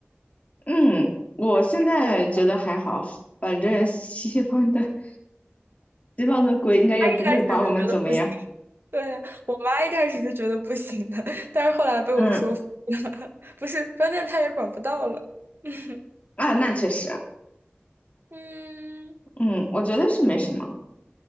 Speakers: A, on the left; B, on the right.
A: 嗯，嗯我现在觉得还好，
B: <laughs> 是
A: 反正西方的西方的鬼应该也不会把我们怎么样。
B: 开始是觉得不行，<laughs> 对呀，我妈一开始是觉得不行的，<laughs> 但是后来被我说服了，
A: 嗯，
B: <laughs> 不是，关键她也管不到了。<laughs>
A: 啊，那确实，
B: 嗯，
A: 嗯，我觉得是没什么。